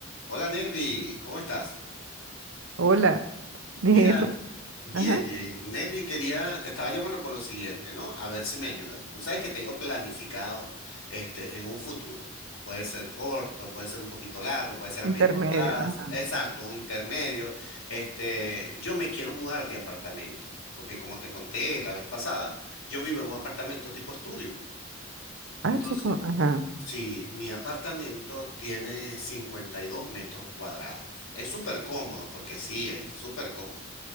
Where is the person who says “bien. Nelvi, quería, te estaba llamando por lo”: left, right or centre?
Left